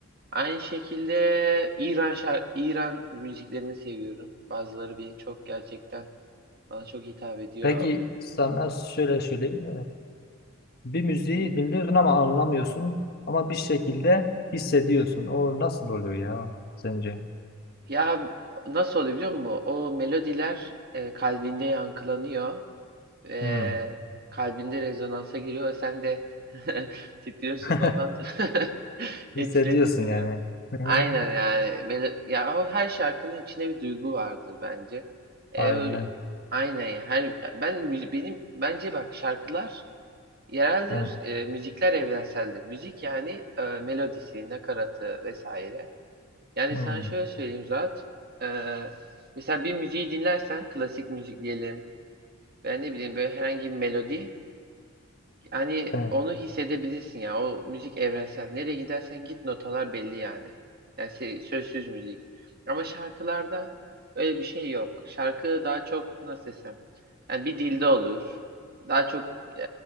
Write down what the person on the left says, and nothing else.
Peki sana şöyle söyleyeyim. Bir müziği
dinliyorsun ama anlamıyorsun. Ama bir şekilde hissediyorsun. O nasıl oluyor ya sence?
Hmm.
<laughs>
Hissediyorsun
yani. Hmm.
Aynen.
Hmm.
Hmm.
Evet.